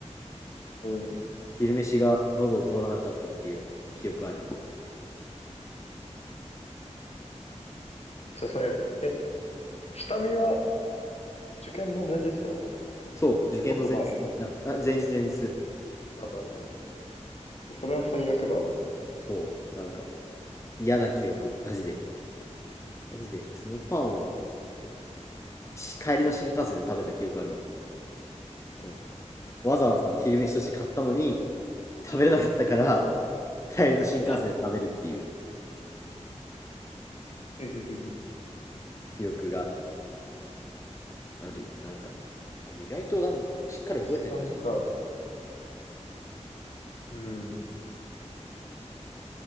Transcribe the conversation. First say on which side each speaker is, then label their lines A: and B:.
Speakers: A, on the left (about 60°); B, on the left (about 25°).
A: うん。
B: 昼飯が喉を通らなかったっていう記憶ある。
A: めっちゃ最悪。え、下見は受験の前日ってこと
B: そう、受験の前日だ、
A: もっと前。
B: あ、前日前日。
A: あ、なるほど。それは最悪だわ。
B: そう、なんか嫌な記憶、マジで。マジで、そのパンをし帰りの新幹線で食べた記憶あるわ。そう。わざわざ昼飯として買ったのに、食べれなかったから、帰りの新幹線で食べるっていう
A: うん。<laughs>
B: 記憶が、あのじなんか、いや意外となんか、しっかり覚えてんな、
A: 下見か。
B: 自分の話
A: うん。